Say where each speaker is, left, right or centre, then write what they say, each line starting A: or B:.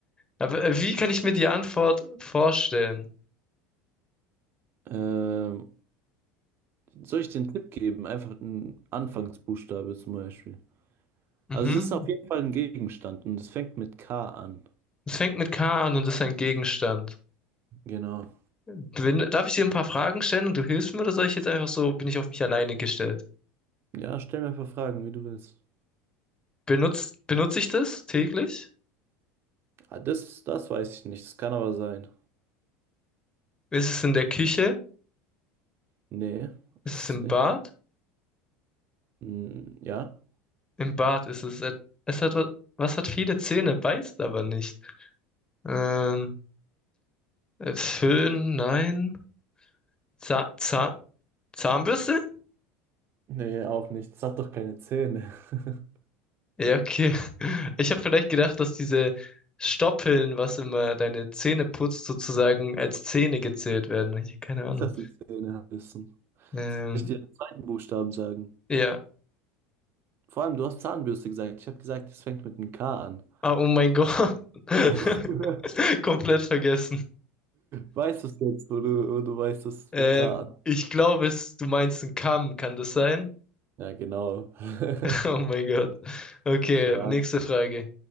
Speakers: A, on the left; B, on the right.
A: Aber äh, wie kann ich mir die Antwort vorstellen?
B: Ähm, Soll ich den Tipp geben? Einfach einen Anfangsbuchstabe zum Beispiel.
A: Mhm.
B: Also es ist auf jeden Fall ein Gegenstand und es fängt mit K an.
A: Es fängt mit K an und ist ein Gegenstand.
B: Genau.
A: Bin, darf ich dir ein paar Fragen stellen und du hilfst mir oder soll ich jetzt einfach so, bin ich auf mich alleine gestellt?
B: Ja, stell mir einfach Fragen, wie du willst.
A: Benutzt, benutze ich das täglich?
B: Ah, das, das weiß ich nicht. Das kann aber sein.
A: Ist es in der Küche?
B: Nee,
A: Ist
B: ist
A: es im
B: es nicht.
A: Bart?
B: Hm, ja.
A: Im Bart ist es. et- Es hat was, was hat viele Zähne, beißt aber nicht. Ähm, äh, Föhn, nein. Zahn, Zahn, Zahnbürste?
B: Nee, auch nicht. Es hat doch keine Zähne. <laughs>
A: Ja, okay. <laughs> Ich habe vielleicht gedacht, dass diese Stoppeln, was immer deine Zähne putzt, sozusagen als Zähne gezählt werden. Ich hab keine
B: Nicht,
A: Ahnung.
B: dass die Zähne wissen.
A: Ähm,
B: Soll ich dir den zweiten Buchstaben sagen?
A: ja.
B: Vor allem, du hast Zahnbürste gesagt. Ich habe gesagt, es fängt mit einem K an.
A: Ah, oh mein Gott. <laughs>
B: <laughs>
A: Komplett vergessen.
B: Weißt du es jetzt, wo du, wo du weißt, dass es
A: Ähm,
B: mit K
A: ich glaube, es, du meinst einen Kamm, kann das sein?
B: Ja, genau. <laughs>
A: <laughs> Oh mein Gott. Okay,
B: Stark.
A: nächste Frage.